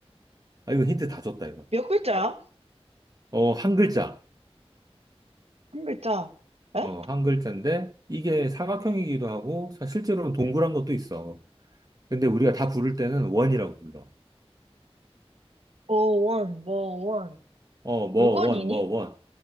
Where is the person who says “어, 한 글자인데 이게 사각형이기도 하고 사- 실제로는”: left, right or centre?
Right